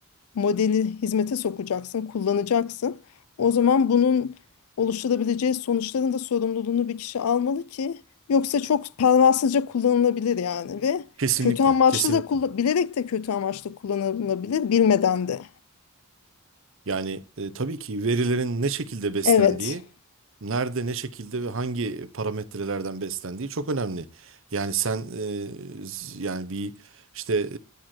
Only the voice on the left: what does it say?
modeli hizmete sokacaksın, kullanacaksın. O zaman bunun oluşturabileceği sonuçların da sorumluluğunu bir kişi almalı ki yoksa çok pervasızca kullanılabilir yani ve
kötü amaçlı
da kullan bilerek de kötü amaçlı kullanılabilir bilmeden de.
Evet.